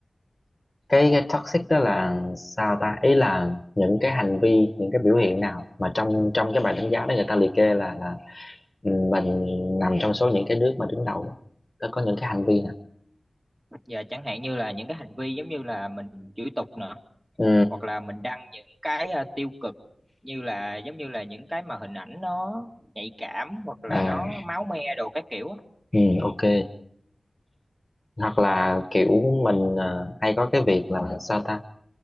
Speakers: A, on the left; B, on the right.
A: cái, cái toxic đó là sao ta ý là những cái hành vi những cái biểu hiện nào mà trong trong cái bài đánh giá đó người ta liệt kê là là Ừ, mình nằm trong số những cái nước mà đứng đầu đó nó có những cái hành vi nè
B: và chẳng hạn như là những cái hành vi giống như là mình chửi tục nè
A: ừ
B: hoặc là mình đăng những cái ờ, tiêu cực như là giống như là những cái mà hình ảnh nó nhạy cảm hoặc là
A: à
B: nó máu me đồ các kiểu á
A: ừ ok hoặc là kiểu mình à, hay có cái việc là sao ta